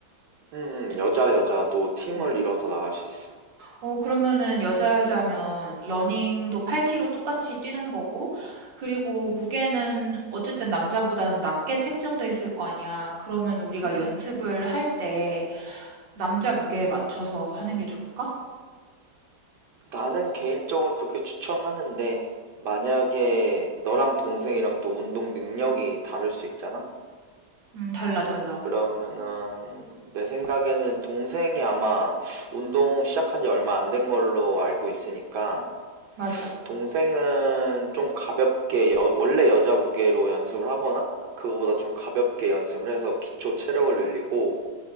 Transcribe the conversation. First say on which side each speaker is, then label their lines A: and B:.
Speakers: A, on the right (about 70°); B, on the right (about 85°).
A: 음, 음, 여자 여자도 팀을
B: 어,
A: 이뤄서 나갈 수 있어.
B: 어, 그러면은 여자 여자면 러닝도 8km 똑같이 뛰는 거고, 그리고 무게는 어쨌든 남자보다는 낮게 책정돼 있을 거 아니야. 그러면 우리가
A: 음,
B: 연습을
A: 음.
B: 할 때 남자 무게에 맞춰서 하는 게 좋을까?
A: 나는 개인적으로 그렇게 추천하는데 만약에 너랑 동생이랑 또 운동 능력이 다를 수 있잖아?
B: 음, 달라, 달라.
A: 그러면은 내 생각에는 동생이 아마 운동 시작한 지 얼마 안 된 걸로 알고 있으니까
B: 맞아.
A: 동생은 좀 가볍게 여- 원래 여자 무게로 연습을 하거나 그거보다 좀 가볍게 연습을 해서 기초 체력을 늘리고